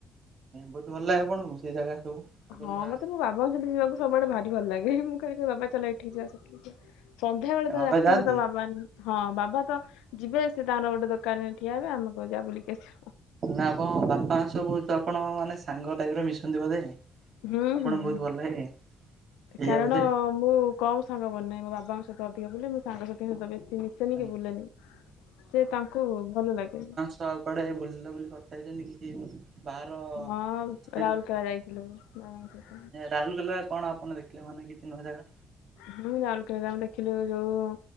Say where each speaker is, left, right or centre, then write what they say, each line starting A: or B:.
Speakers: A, on the right; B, on the left.
A: ବହୁତ ଭଲ ଲାଗେ ଆପଣଙ୍କୁ ସେଇ ଜାଗା ସବୁ ଠାକୁର
B: ହଁ
A: ଙ୍କ ଜାଗା।
B: ମତେ ମୋ ବାବାଙ୍କ ସହିତ ଯିବାକୁ ସବୁ ଆଡ଼େ ଭାରି ଭଲ ଲାଗେ। ମୁଁ କହିବି ବାବା ଚାଲ ଏଠିକି ଯିବା ସେଠିକି ଯିବା। ସନ୍ଧ୍ୟା ବେଳେ ତ
A: ବାବା
B: ରାତି
A: ଯାଆନ୍ତି?
B: ହେଲେ ତ ବାବା ହଁ ବାବା ତ ଯିବେ ସେ ତାର ଗୋଟେ ଦୋକାନ ରେ ଠିଆ ହେବେ ଆମକୁ କହିବେ ଯା ବୁଲିକି ଆସ।
A: ନା ଆପଣ ବାପା ଙ୍କ ସହ ବହୁତ ଆପଣ ମାନେ ସାଙ୍ଗ ଟାଇପରେ ମିଶନ୍ତି ବୋଧେ।
B: ହୁଁ
A: ଆପଣଙ୍କୁ
B: ହୁଁ
A: ବହୁତ ଭଲ ଲାଗେ ଏଇଆ
B: କାରଣ।
A: ବୋଧେ?
B: ମୁଁ କମ ସାଙ୍ଗ ବନାଏ ମୋ ବାବାଙ୍କ ସହିତ ଅଧିକ ବୁଲେ ମୋ ସାଙ୍ଗ ସହିତ ବେଶୀ ମିଶ। ସେମିତି
A: ଆଜ୍ଞା।
B: ବୁଲେନି ସେ ତାଙ୍କୁ ଭଲ ଲାଗେନି।
A: ତ ଆଉ କୁଆଡେ ବୁଲିଲ ବୋଲି କଥା ହେଇଛନ୍ତି କି ବାହାର
B: ହଁ
A: ସେଠି
B: ରାଉରକେଲା ଯାଇଥିଲୁ ବାବାଙ୍କ ସହିତ।
A: ରାହୁଲ କହିଲେ କଣ ଆପଣ ଦେଖ। ପିଲା ମାନେ କିତିନି ହଜାର।
B: ହୁଁ ରାଉଲୁ କେଲାରେ ଆମେ ଦେଖିଲୁ ଯୋଉ